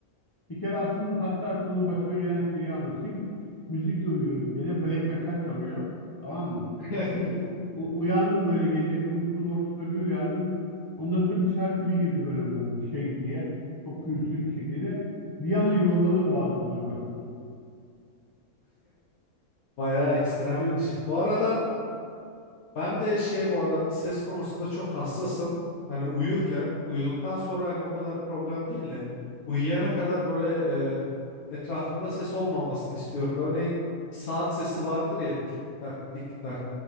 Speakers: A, on the left (about 20°); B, on the left (about 75°).
A: Bir kere aslında hatta sonra başıma gelen şeyi anlatayım. Müzikle uyuyorum gene. Black metal çalıyor. Tamam mı?
B: <laughs>
A: Bir u- u- uyandım böyle gece uykumun ortasında bir uyandım. Ondan sonra bir şarkı bir girdi böyle bu şey diye. Çok gürültülü bir şekilde. Bir anda yorganı boğazlamaya başladım.
B: Bayağı ekstremmiş.
A: Öyle...
B: Bu arada Ben de şey bu ara ses konusunda çok hassasım. Hani uyurken, uyuduktan sonra hani o kadar problem değil de uyuyana kadar böyle e, etrafımda ses olmamasını istiyorum. Örneğin saat sesi vardır ya tik tak tik tak.